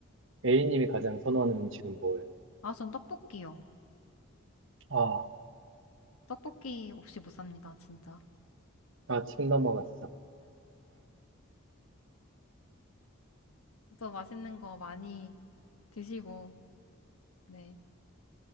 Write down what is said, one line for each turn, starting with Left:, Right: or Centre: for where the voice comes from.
Right: A님이 가장 선호하는 음식은 뭐예요?
Left: 아, 전 떡볶이요.
Right: 아,
Left: 떡볶이 없이 못 삽니다, 진짜.
Right: 아, 침 넘어갔어.
Left: 저도 맛있는 거 많이 드시고, 네.